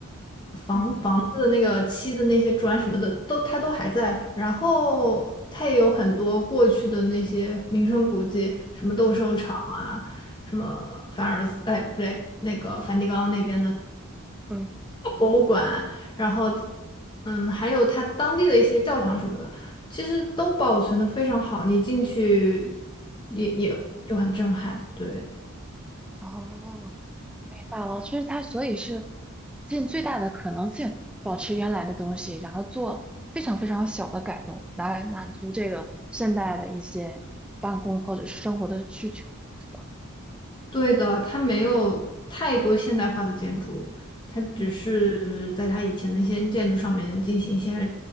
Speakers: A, on the left; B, in the centre.
A: 房房子的那个漆的那些砖什么的都它都还在，
B: 嗯
A: 然后它也有很多过去的那些名胜古迹，什么斗兽场啊，什么凡尔赛，哎不对，那个梵蒂冈那边的
B: 嗯
A: 博物馆，然后嗯还有它当地的一些教堂什么的。其实都保存的非常好，你进去
B: 嗯，
A: 也也就很震撼，对。
B: 哦，罢了，就是它，所以是尽最大的可能性保持原来的东西，然后做非常非常小的改动，来满足这个现代的一些办公或者是生活的需求，是吧？
A: 对的，它没有太多现代化的建筑，它只是在它以前的一些建筑上面进行一些
B: 嗯，